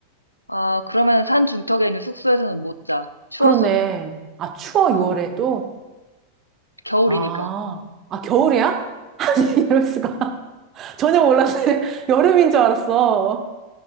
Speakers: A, on the left (about 85°); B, on the right (about 30°).
A: 아, 그러면 산 중턱에 있는 숙소에서는 못 자. 추워서.
B: 그렇네. 아, 추워 6월에
A: 어,
B: 또?
A: 겨울이니까.
B: 아, 아 겨울이야? <laughs> 아니, 이럴 수가. 전혀 몰랐네. <laughs> 여름인 줄 알았어.